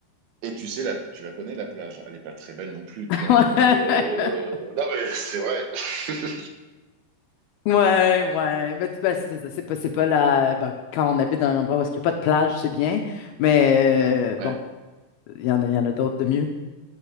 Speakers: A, on the right; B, on the left.
A: Et tu sais, la, tu la connais, la plage. hein. Elle est pas très belle non plus, tu vois.
B: Ouais,
A: Donc, euh, euh,
B: <laughs>
A: non, mais c'est vrai. <laughs>
B: ouais, ouais. Mais tu- ben, c'est c'est ça. C'est pas, c'est pas la. ben, quand on habite dans un endroit où est-ce qu'il n'y a pas de plage, c'est bien. Mais euh, bon,
A: Ouais.
B: il y en a, il y en a d'autres de mieux.